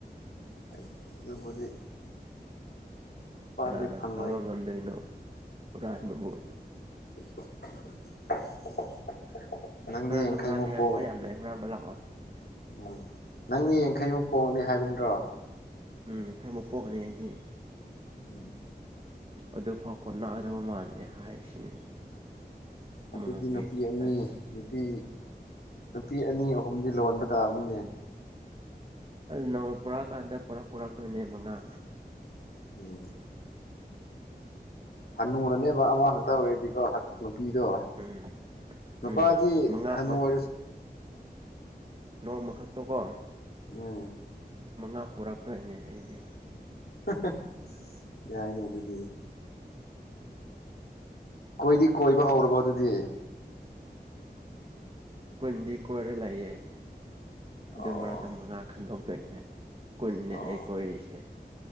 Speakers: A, on the left (about 70°); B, on the right (about 35°).
A: ꯑꯩ ꯑꯗꯨꯕꯨꯗꯤ ꯄꯥꯛꯇꯤ
B: ꯀꯅꯥꯅ
A: ꯐꯪꯉꯣꯏ
B: ꯐꯥꯕ ꯉꯝꯗꯣꯏꯅꯣ ꯍꯨꯔꯥꯟꯕꯕꯨ
A: <inaudible>
B: ꯈꯔꯅ
A: ꯌꯥꯡꯈꯩꯃꯨꯛ
B: ꯍꯨꯔꯥꯟꯅꯤꯡꯉꯥꯏ
A: ꯄꯣꯛ
B: ꯄꯣꯠ ꯌꯥꯝ ꯂꯩ ꯍꯨꯔꯥꯟꯕ ꯂꯥꯛꯑꯣ
A: ꯎꯝ ꯅꯪꯗꯤ ꯌꯥꯡꯈꯩꯃꯨꯛ ꯄꯣꯛꯅꯤ ꯍꯥꯏꯕ ꯅꯠꯇ꯭ꯔꯣ
B: ꯎꯝ ꯌꯥꯡꯈꯩꯃꯨꯛ ꯄꯣꯛꯀꯅꯤ ꯑꯩꯗꯤ
A: ꯎꯝ
B: ꯑꯗꯨꯐꯥꯎ ꯀꯣꯟ ꯅꯒꯗꯕ ꯃꯥꯜꯗꯦ ꯍꯥꯏꯁꯤꯅꯤ
A: ꯑꯗꯨꯗꯤ
B: ꯃꯃꯥꯡꯒꯤ
A: ꯅꯨꯄꯤ ꯑꯅꯤ
B: ꯑꯁ
A: ꯅꯨꯄꯤ ꯅꯨꯄꯤ ꯑꯅꯤ ꯑꯍꯨꯝꯗꯤ ꯂꯣꯟꯕ ꯇꯥꯕꯅꯤꯅꯦ
B: ꯑꯥ ꯅꯣꯡꯃ ꯄꯨꯔꯛꯑꯀꯥꯟꯗ ꯄꯨꯂꯞ ꯄꯨꯔꯛꯇꯣꯏꯅꯦ ꯃꯉꯥ
A: ꯎꯝ ꯍꯟꯅꯨꯔꯅꯦꯕ ꯑꯃ ꯈꯛꯇ ꯑꯣꯏꯔꯗꯤꯀꯣ ꯍꯅꯨ ꯄꯤꯗꯣ
B: ꯎꯝ
A: ꯅꯨꯄꯥꯗꯤ
B: ꯎꯝ ꯃꯉꯥ
A: ꯍꯅꯨ ꯑꯣꯏꯔꯁꯨ
B: ꯅꯣꯡꯃꯈꯛꯇ ꯀꯣ
A: ꯎꯝ
B: ꯃꯉꯥ ꯄꯣꯔꯛꯇ꯭ꯔꯅꯦ ꯑꯩꯗꯤ
A: ꯍꯥꯍꯥ ꯌꯥꯏꯅꯦ ꯑꯗꯨꯗꯤ ꯀꯣꯏꯗꯤ ꯀꯣꯏꯕ ꯍꯧꯔꯕꯣ ꯑꯗꯨꯗꯤ
B: ꯑꯈꯣꯏꯅꯗꯤ ꯀꯣꯏꯔ ꯂꯩꯌꯦ ꯑꯗꯨ
A: ꯑꯣ
B: ꯃꯔꯛꯇ ꯃꯉꯥ ꯈꯟꯗꯣꯛꯇꯣꯏꯅꯦ ꯀꯨꯟꯅꯦ
A: ꯑꯣ
B: ꯑꯩ ꯀꯣꯏꯔꯤꯁꯦ